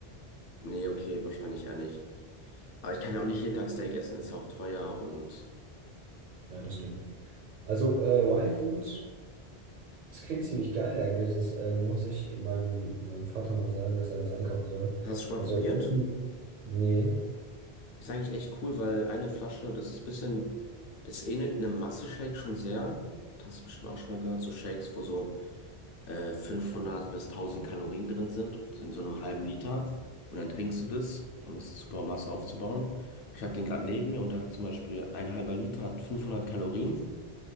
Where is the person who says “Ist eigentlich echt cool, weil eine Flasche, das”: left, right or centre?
Left